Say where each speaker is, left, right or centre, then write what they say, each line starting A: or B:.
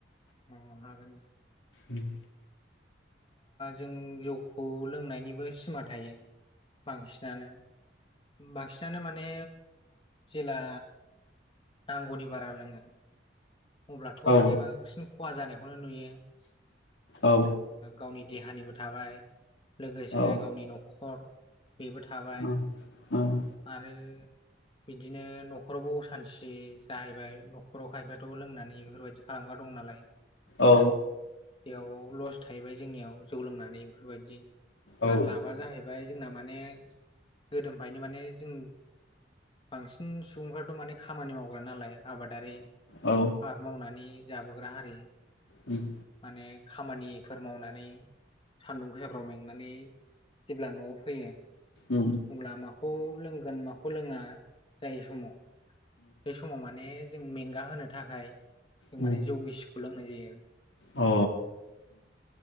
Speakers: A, on the left; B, on the left.
A: अ हागोन।
B: उम।
A: जों जौखौ लोंनायनिबो सिमा थायो। बांसिनानो बांसिनानो माने जेब्ला नांगौनि बारा लोङो। अब्लाथ'
B: औ
A: माने बांसिन खहा जानायखौनो नुयो
B: औ
A: गावनि देहानिबो थाबाय लोगोसे
B: औ
A: गावनि न'खर बेबो थाबाय
B: उम
A: आरो। बिदिनो न'खरावबो असान्थि जाहैबाय न'खराव खायफाथ' लोंनानै बेफोर बायदि। खालामग्रा दं नालाय।
B: औ।
A: बेयाव लस थाहैबाय जोंनियाव। जौ लोंनानै बेफोर बायदि
B: औ
A: आरो लाबा जाहैबाय जोंना माने गोदोनिफ्रायनो माने जों बांसिन सुबुंफ्राथ माने खामानि मावग्रा नालाय। आबादारि
B: औ
A: आबाद मावनानै जाबोग्रा हारि
B: उम
A: माने खामानिफोर मावनानै सान्दुं गोसाफ्राव मेंनानै जेब्ला न'आव फैयो
B: उम
A: अब्ला माखौ माखौ लोंगोन माखौ लोङा जायो समाव बे समाव माने। जों मेंगा होनो थाखाय जों
B: उम
A: माने
B: उम
A: जौ गिसिखौ लोंनाय जायो आरो।
B: अ।